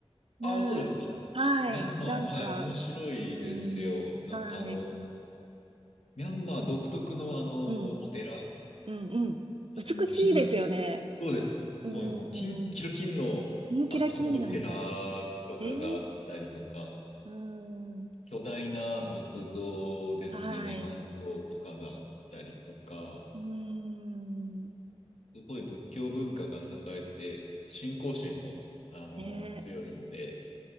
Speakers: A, on the right; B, on the left.
A: うん。
B: ああ、そうですか。
A: はい。
B: ミャンマー、
A: なんか、
B: はい、面白いですよ。
A: うん。
B: な、
A: はい。
B: あの、ミャンマー独特の、あの、
A: うん。
B: お寺、
A: うん。うん。
B: あの、
A: 美しいですよね。
B: もう、金、そうです。
A: うん。
B: そう、もう、金、キロ金の、
A: キンキラキンなんだ。
B: あの、<laughs> お寺とかがあったりとか、
A: ええうん。
B: 巨大な仏像ですね、
A: はい。
B: 涅槃像とかがあったりとか、
A: うーん。
B: すごい仏教文化が栄えてて、信仰心も、あの、
A: ね、
B: 強いんで、